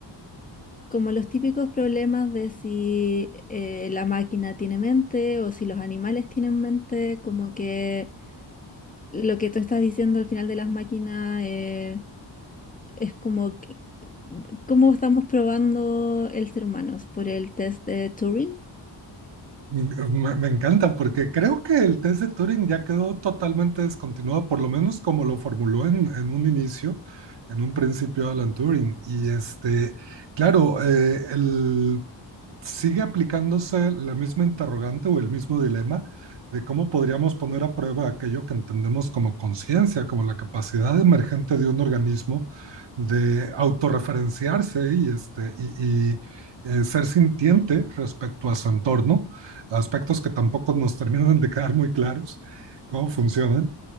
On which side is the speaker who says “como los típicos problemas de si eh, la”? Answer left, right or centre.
Left